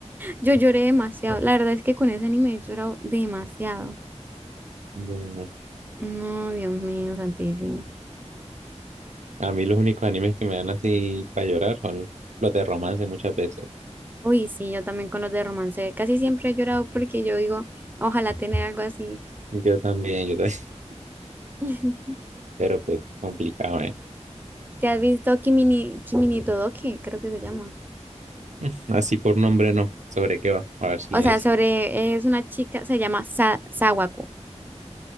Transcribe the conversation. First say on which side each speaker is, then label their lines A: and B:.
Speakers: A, on the right; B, on the right.
A: yo lloré demasiado. La verdad es que con ese anime he llorado demasiado.
B: No.
A: No, Dios mío, santísimo.
B: A mí los únicos animes que me dan así para llorar son los de romance muchas veces.
A: Uy, sí, yo también con los de romance. Casi siempre he llorado porque yo digo, ojalá tener algo así.
B: Yo también, yo también. <laughs>
A: <laughs>
B: Pero pues complicado, ¿eh? <laughs>
A: ¿Te has visto Kimini, Kimini Todoke? Creo que se llama.
B: Mm, Así por nombre no. ¿Sobre qué va? A ver si
A: O sea,
B: hay. sí.
A: sobre, es una chica, se llama Sa- Sawako.